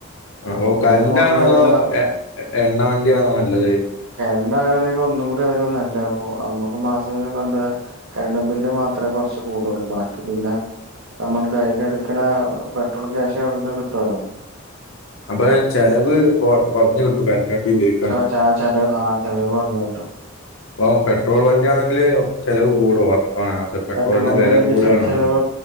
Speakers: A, on the left (about 70°); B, on the right (about 80°).
A: അ
B: ഇപ്പൊ
A: ഓ
B: പുതിയ
A: കറൻ്റാണോ
B: മോഡല്
A: അതോ
B: വരുന്ന
A: എണ്ണ വണ്ടിയാണോ നല്ലത്
B: കറൻ്റ് ആവുകയാണെങ്കിൽ ഒന്നും കൂടി അതല്ലെ നല്ലത് നമുക്ക് മാസം എന്താ കരണ്ട് ബില്ല് മാത്രമേ കോറച്ച് കൂടുള്ളൂ ബാക്കി പിന്നെ നമ്മൾ ഡെയിലി അടക്കണ പെട്രോൾ ക്യാഷ് അവിടെന്ന് കിട്ടുല്ലോ
A: അപ്പൊ ചെലവ് കൊ കൊറഞ്ഞു കിട്ടും കരണ്ട് വണ്ടി ഉപയോഗി
B: ആഹ് ച ചെലവ് ആഹ് ചെലവ് കുറഞ്ഞ് കിട്ടും
A: പോ പെട്രോൾ വണ്ടിയാണെങ്കില് ചെലവ് കൂടുവാ ആ അത് പെട്രോളിന്റെ
B: പെട്രോൾ വണ്ടി
A: വില
B: ഉണ്ടെങ്കിൽ
A: കൂടുതലാണല്ലോ
B: ചെ ചെലവ്